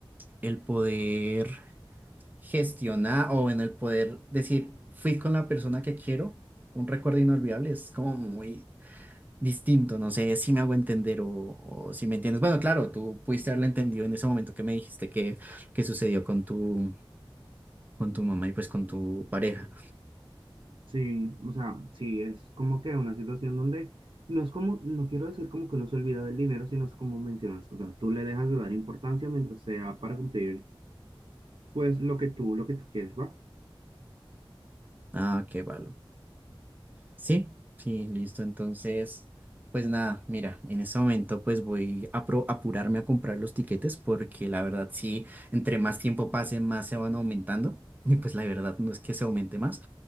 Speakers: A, on the right; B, on the right.
A: el poder gestionar o en el poder decir, fui con la persona que quiero, un recuerdo inolvidable, es como muy distinto, no sé si me hago entender o, o si me entiendes. Bueno, claro, tú pudiste haberla entendido en ese momento que me dijiste que, que sucedió con tu, con tu mamá y pues con tu pareja.
B: Sí, o sea, sí, es como que una situación donde no es como, no quiero decir como que no se olvida del dinero, sino es como mencionas, o sea, tú le dejas de dar importancia mientras sea para cumplir pues lo que tú, lo que tú quieres, ¿va?
A: Ah, qué valor. Sí, sí, listo. Entonces, pues nada, mira, en ese momento pues voy a pro- apurarme a comprar los tiquetes porque la verdad sí, entre más tiempo pase, más se van aumentando. Y pues la verdad no es que se aumente más.